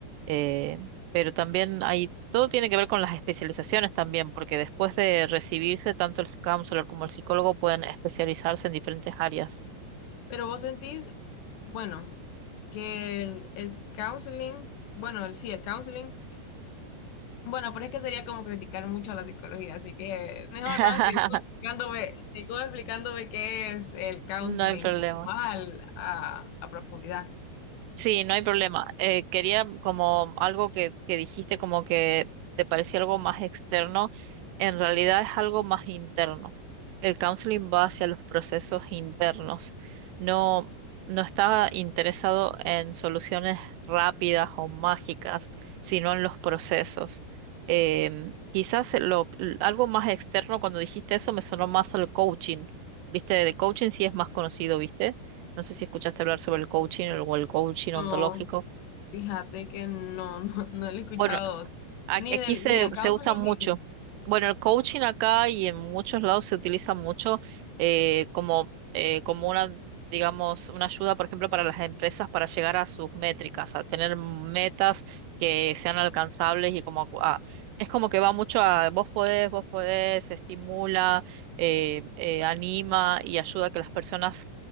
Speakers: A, on the right (about 85°); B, on the left (about 85°).
A: Eh, pero también hay, todo tiene que ver con las especializaciones también, porque después de recibirse, tanto el counselor como el psicólogo pueden especializarse en diferentes áreas.
B: Pero vos sentís, bueno, que el, el counseling, bueno, el, sí, el counseling. Bueno, pero es que sería como criticar mucho a la psicología, así que mejor
A: <laughs>
B: no, sigo explicándome, sigo explicándome qué es el counseling
A: No hay problema.
B: como mal a, a profundidad.
A: Sí, no hay problema. Eh, quería como algo que, que dijiste como que te parecía algo más externo, en realidad es algo más interno. El counseling va hacia los procesos internos. No, no está interesado en soluciones rápidas o mágicas, sino en los procesos. Em, quizás lo, algo más externo, cuando dijiste eso, me sonó más al coaching. ¿Viste? De coaching sí es más conocido, ¿viste? No sé si escuchaste hablar sobre el coaching o el coaching
B: No,
A: ontológico.
B: fíjate que no, <laughs> no, no lo he escuchado
A: Bueno, a- aquí
B: ni del,
A: se,
B: ni del counseling
A: se usa mucho.
B: ni del
A: Bueno, el coaching acá y en muchos lados se utiliza mucho eh, como, eh, como una, digamos, una ayuda, por ejemplo, para las empresas para llegar a sus métricas, a tener metas que sean alcanzables y como a- es como que va mucho a vos podés, vos podés, estimula, eh, eh, anima y ayuda a que las personas